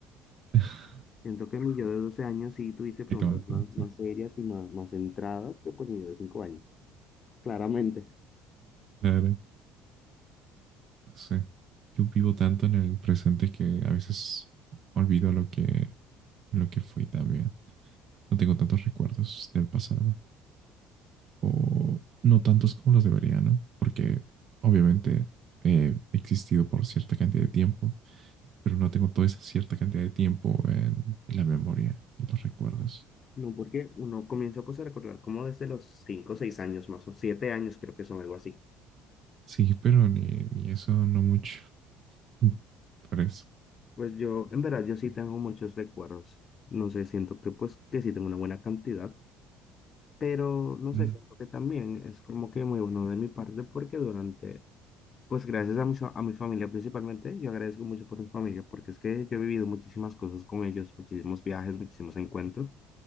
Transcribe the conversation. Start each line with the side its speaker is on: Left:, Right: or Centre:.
Right: <laughs>
Left: Siento que mi yo de 12 años sí tuviese preguntas
Right: poquito más,
Left: más,
Right: ¿no?
Left: más
Right: Sí,
Left: serias y más, más centradas que pues mi yo de 5 años, claramente.
Right: claro, sí. Yo vivo tanto en el presente que a veces olvido lo que, lo que fui también. No tengo tantos recuerdos del pasado o no tantos como los debería, ¿no? Porque obviamente he existido por cierta cantidad de tiempo, pero no tengo toda esa cierta cantidad de tiempo en, la memoria, en los recuerdos.
Left: No, porque uno comienza pues a recordar como desde los 5 o 6 años más o siete años creo que son algo así.
Right: Sí, pero ni, ni eso no mucho. <laughs> Por eso.
Left: Pues yo, en verdad, yo sí tengo muchos recuerdos. No sé, siento que pues que sí tengo una buena cantidad. Pero no sé,
Right: Mm.
Left: siento que también es como que muy bueno de mi parte porque durante, pues gracias a mi, fa- a mi familia principalmente, yo agradezco mucho por mi familia porque es que yo he vivido muchísimas cosas con ellos, muchísimos viajes, muchísimos encuentros